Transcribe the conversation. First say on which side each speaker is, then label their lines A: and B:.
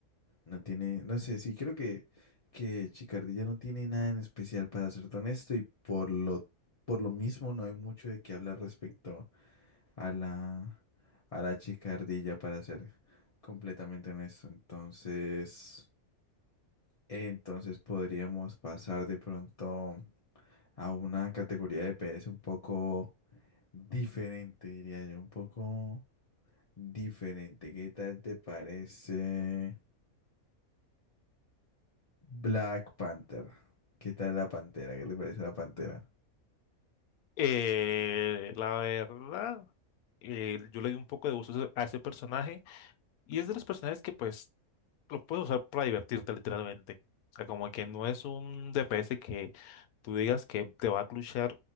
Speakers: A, on the left; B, on the left.
A: No tiene, no sé, sí, creo que, que Chicardilla no tiene nada en especial para serte honesto y por lo, por lo mismo no hay mucho de qué hablar respecto a la, a la Chicardilla para ser completamente honesto. Entonces, entonces podríamos pasar de pronto a una categoría de PS un poco diferente, diría yo, un poco diferente. ¿Qué tal te parece? Black Panther. ¿Qué tal la pantera? ¿Qué te parece la pantera?
B: Eh, la verdad, eh, yo le di un poco de uso a ese a ese personaje y es de los personajes que pues lo puedes usar para divertirte literalmente. O sea, como que no es un DPS que tú digas que te va a clutchear